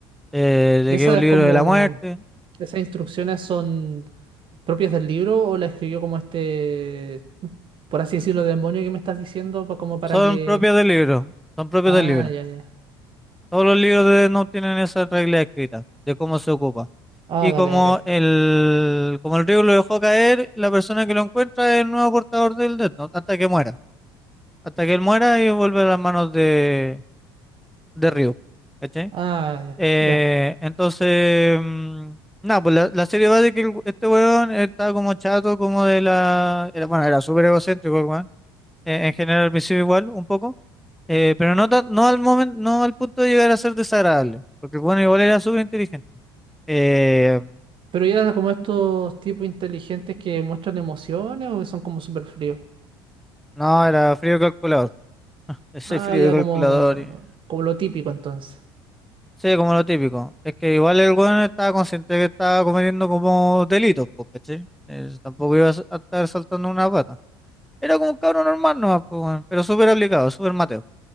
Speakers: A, in the centre; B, on the right.
A: eh, de
B: Y esas
A: que es un libro
B: como,
A: de la muerte.
B: esas instrucciones son propias del libro o la escribió como este, por así decirlo, demonio que me estás diciendo, pa- como para
A: Son
B: que...
A: propios del libro, son propios
B: Ah,
A: del libro.
B: ya, ya.
A: Todos los libros de no tienen esa regla escrita de cómo se ocupa.
B: Ah,
A: Y
B: dale,
A: como
B: dale.
A: el, como el río lo dejó caer, la persona que lo encuentra es el nuevo portador del Death Note, hasta que muera. Hasta que él muera y vuelve a las manos de, de Ryu. ¿Cachai?
B: Ah, ya,
A: Eh,
B: ya.
A: entonces, mm, nada, pues la, la serie va de que el- este weón está como chato, como de la... era- bueno, era súper egocéntrico el weón. Eh, en general, al principio igual, un poco Eh, pero no, tan- no al momento, no al punto de llegar a ser desagradable, porque bueno, igual era súper inteligente. Eh,
B: Pero ya era como estos tipos inteligentes que muestran emociones o que son como súper fríos.
A: no, era frío de calculador. <laughs> Soy
B: Ah,
A: frío
B: ya
A: de calculador.
B: como,
A: y-
B: como lo típico entonces.
A: Sí, como lo típico. Es que igual el weón estaba consciente que estaba cometiendo como delitos, pues, ¿cachai? Eh, tampoco iba a s- a estar saltando una pata. Era como un cabrón normal nomás, pues, weón, pero súper aplicado, súper mateo.